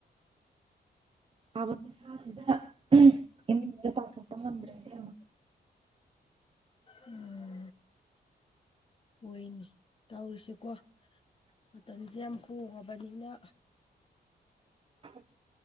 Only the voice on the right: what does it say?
ꯁꯥꯏꯕ ꯈꯨꯠꯁꯥꯁꯤꯗꯥ ꯏꯃꯨꯡꯗꯩꯩ ꯃꯄꯥꯟ ꯊꯣꯛꯄꯥ ꯉꯝꯗ꯭ꯔꯦ ꯏꯕꯦꯝꯃꯥ
ꯑ